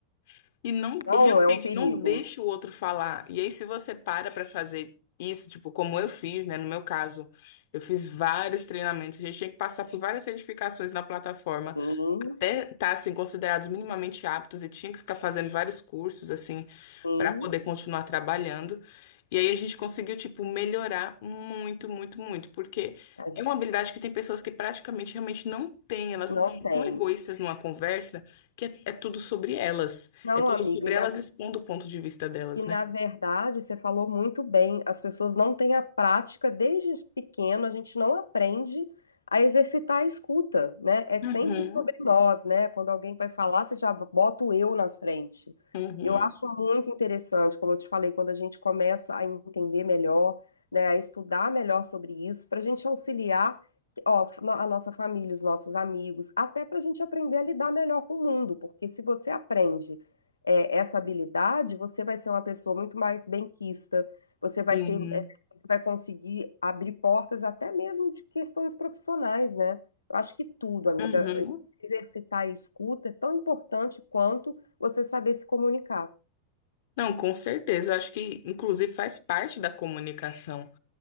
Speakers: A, on the left; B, on the left.
A: <laughs> e não
B: Não
A: realmente
B: é um perigo.
A: não deixa o outro falar. E aí, se você para para fazer isso, tipo, como eu fiz, né? No meu caso, eu fiz vários treinamentos, a gente tinha que passar por várias certificações na plataforma.
B: Sim,
A: até estar assim considerados minimamente aptos e tinha que ficar fazendo vários cursos assim
B: sim.
A: para poder continuar trabalhando. E aí a gente conseguiu tipo melhorar muito, muito, muito, porque
B: A gente
A: é uma habilidade que tem pessoas que praticamente realmente não têm, elas
B: Não
A: são
B: tem.
A: tão egoístas numa conversa que é, é tudo sobre elas,
B: Não,
A: é tudo
B: amigo,
A: sobre elas expondo o ponto de vista delas,
B: E na
A: né?
B: verdade, você falou muito bem, as pessoas não têm a prática, desde pequeno a gente não aprende a exercitar a escuta, né? É sempre
A: Uhum,
B: sobre nós, né? Quando alguém vai falar, você já bota o eu na frente.
A: uhum,
B: Eu acho muito interessante, como eu te falei, quando a gente começa a entender melhor, né, a estudar melhor sobre isso, para a gente auxiliar, ó, a nossa família, os nossos amigos, até para a gente aprender a lidar melhor com o mundo, porque se você aprende é, essa habilidade, você vai ser uma pessoa muito mais benquista, você
A: sim,
B: vai ter, é, você vai conseguir abrir portas até mesmo de questões profissionais, né? Eu acho que tudo, amiga,
A: uhum.
B: eh, se exercitar a escuta é tão importante quanto você saber se comunicar.
A: Não, com certeza. Eu acho que, inclusive, faz parte da comunicação.